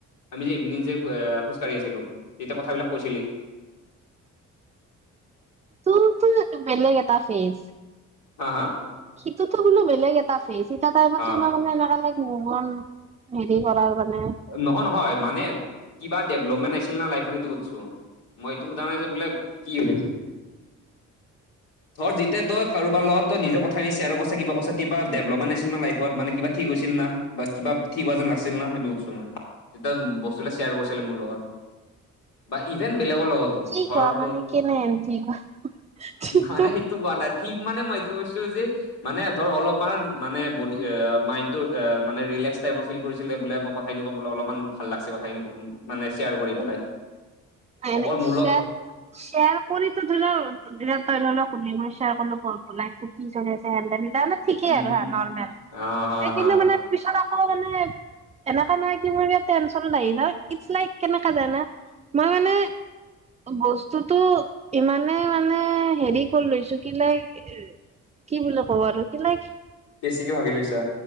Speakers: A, on the left; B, on the right.
A: আমি যে ইভিনিং যে খোজকাঢ়ি আছিলোঁ যেতিয়া কথাবিলাক কৈছিলি।
B: তোৰ তোৰ বেলেগ এটা ফেজ।
A: হা, হা?
B: সিটোতো বোলো বেলেগ এটা ফেচ এতা টাইমতো
A: হা
B: মানে এনেকা নাই ইমান হেৰি কৰাৰ মানে
A: নহয় নহয় মানে কিবা ডেভলপমেন্ট আছিল না লাইফত সেইটো সুধছোঁ। মইটো সোধা নাইযে বোলে কি হৈ আছে? ধৰ যেতিয়া তই কাৰোবাৰ লগত তই নিজৰ কথাখিনি শ্বেয়াৰ কৰ্চ কিবা কৰ্চ কিবা ডভলপমেট আছিল ন' লাইফত মানে কিবা ঠিক হৈছিল। বা কিবা ঠিক হোৱা যেন লাগিছিল না সেইটো। চো মই। তেতিয়া বস্তুবিলাক শ্বেয়াৰ কৰিছিলি মোৰ লগত। বা ইভেন বেলেগৰ লগতো,
B: কি
A: ঘৰটোৰ
B: কোৱা মানে কেনে ঠিক ঠিকটো
A: মানে সেইটো কোৱা নাই ঠিক মানে মই এইটো কৈছোঁ যে মানে ধৰ অলপমান মানে বড মাইনডৰ মানে বেলেছ টাইপৰ ফিল কৰিছিলে বোলে ম কথাখিনি ক বোলে অলপমান ভাল লাগছে কথাখিনি ক মানে শ্বেয়াৰ কৰি পেলাই।
B: নাই
A: অকল
B: নাই
A: মোৰ লগত
B: য়াৰ শেয়াৰ কৰি তো ধৰি লও ধৰি ল' তই ধৰ সুধি <unintelligible> লাইফত কি চলি আছে সিহঁতেহে জানে। জানে ঠিকেই
A: উম
B: আৰু
A: হম
B: হা, নৰ্মেল।
A: অ হা
B: এ, কিন্তু
A: হা
B: মানে পিছত আকৌ মানে এনেকা নহয় কি মোৰ য়াত টেনচন নাই ন' ইটছ লাইক কেনেকা জাইনা। মই মানে বস্তুটো ইমানেই মানে হেৰি কৰি লৈছোঁ কি, লাইক কি বুলি ক'ব আৰু। কি লাগ
A: কিকি ভাবি লৈছা?